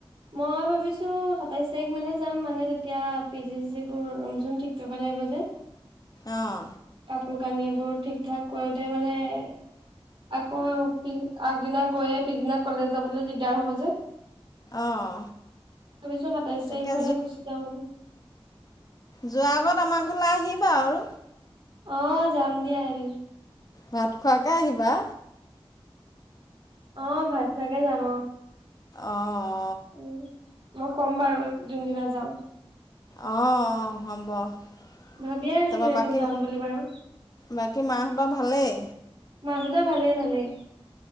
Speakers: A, on the right (about 60°); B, on the left (about 40°).
A: মই ভাবিছোঁ সাতাইছ তাৰিখ মানে যাম মানে তেতিয়া পি জি চি চিবোৰ ৰুম চুম ঠিক কৰিব লাগিব যে।
B: আহ।
A: কোৰ কানীবোৰ ঠিক ঠাক কৰোতে মানে <unintelligible> আকৌ আগদিনা গৈয়ে পিছদিনা কলেজ যাবলৈ দিগদাৰ হব যে।
B: অঁ
A: ভাবিছো সাতাইছ
B: তাকে
A: তাৰিখমানে গুচি যাওঁ বুলি।
B: যোৱা আগত আমাৰ ঘৰলৈ আহিবা আৰু?
A: অ যাম দিয়া এদিন।
B: ভাত খোৱাকে আহিবা?
A: অ ভাত খোৱাকে যাম অ।
B: অ অ।
A: উম মই কম বাৰু যোনদিনা যাও।
B: অ অ হব। তাৰপৰা
A: ভাবিয়ে আছিলো এদিন
B: বাকী
A: যাম বুলি বাৰু
B: বাকী মাহঁতৰ ভালেই?
A: মাহতৰ ভালে ভালে।